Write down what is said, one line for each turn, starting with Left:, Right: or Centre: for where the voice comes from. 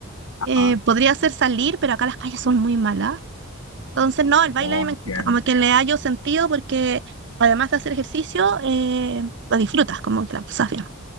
Left: ajá.
Right: Eh, podría ser salir, pero acá las calles son muy malas. Entonces, no, el baile
Left: Oh,
Right: a mí me
Left: entiendo.
Right: encanta, como que le hallo sentido porque además de hacer ejercicio, eh, lo disfrutas, como que la pasas bien.